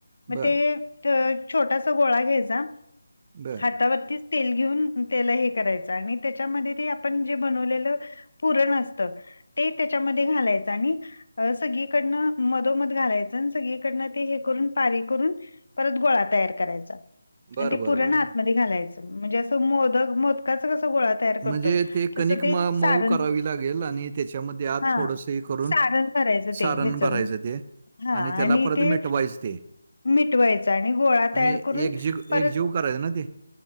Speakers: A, on the left; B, on the right.
A: मग
B: बरं,
A: ते ठ छोटासा गोळा घ्यायचा
B: बरं.
A: हातावरतीच तेल घेऊन त्याला हे करायचं आणि त्याच्यामध्ये ते आपण जे बनवलेलं पुरण असतं ते त्याच्यामध्ये घालायचं आणि सगळीकडनं मधोमध घालायचं आणि सगळीकडनं ते हे करून पारी करून परत गोळा तयार करायचा
B: बरं,
A: आणि ते
B: बरं,
A: पुरण
B: बरं,
A: आतमध्ये
B: बरं.
A: घालायचं म्हणजे असं मोदक मोदकाचं कस गोळा तयार
B: म्हणजे
A: करतो
B: कणिक
A: तसं ते
B: म
A: सारण..
B: मऊ करावी लागेल आणि त्याच्यामध्ये आत
A: हा
B: थोडंसं हे करून
A: सारण करायचं ते
B: सारण
A: ह्याच
B: भरायचं ते
A: हा
B: त्याला
A: आणि
B: परत
A: ते
B: मिटवायचं ते
A: मिटवायचं आणि गोळा तयार
B: आणि
A: करून
B: एकजीव एकजीव
A: परत
B: करायचं ना ते?